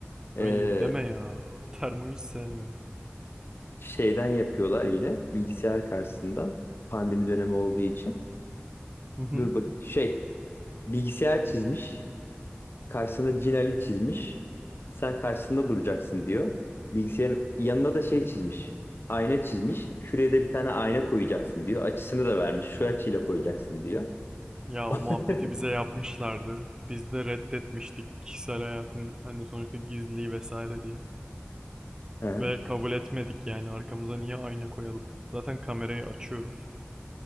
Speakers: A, on the left; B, on the right.
A: Ee,
B: Ay deme ya. <laughs> Termoyu hiç sevmiyorum.
A: şeyden yapıyorlar yine bilgisayar karşısından pandemi dönemi olduğu için.
B: Hı hı.
A: Dur bak şey bilgisayar çizmiş karşısına Cin Ali çizmiş. Sen karşısında duracaksın diyor. Bilgisayarın yanına da şey çizmiş. Ayna çizmiş. Şuraya da bir tane ayna koyacaksın diyor. Açısını da vermiş. Şu açıyla koyacaksın diyor.
B: Ya o
A: <laughs>
B: muhabbeti bize yapmışlardı. Biz de reddetmiştik kişisel hayatın hani sonuçta gizliliği vesaire diye.
A: Hı hı.
B: Ve kabul etmedik yani arkamıza niye ayna koyalım? Zaten kamerayı açıyoruz.